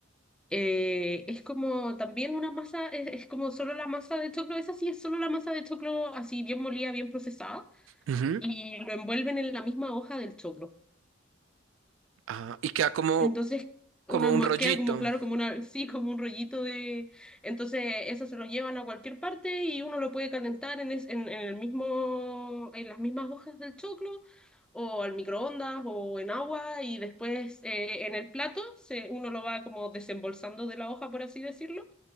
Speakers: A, in the centre; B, on the right.
A: Eh, es como también una masa, es, es como solo la masa de choclo, esa sí es solo la masa de choclo así bien molida, bien procesada,
B: Ujú.
A: y lo envuelven en la misma hoja del choclo.
B: Ah, y queda como,
A: Entonces,
B: como
A: una alma-
B: un rollito.
A: queda como claro, como una, sí, como un rollito de. Entonces, eso se lo llevan a cualquier parte y uno lo puede calentar en, es- en, en el mismo, en las mismas hojas del choclo, o al microondas, o en agua, y después eh, en el plato se, uno lo va como desembolsando de la hoja, por así decirlo,